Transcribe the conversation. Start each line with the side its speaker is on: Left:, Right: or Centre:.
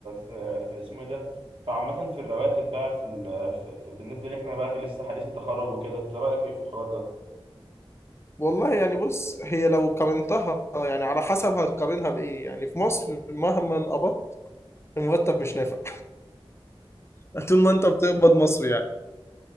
Right: في في اسمه ايه ده فعامة في الرواتب بقى في, ال... في, في بالنسبة لي احنا بقى لسه حديث التخرج وكده انت رأيك ايه في الحوار ده؟
Left: والله يعني بص هي لو قارنتها يعني على حسب هتقارنها بايه يعني في مصر مهما قبضت المرتب مش نافع <laughs> طول ما انت بتقبض مصري يعني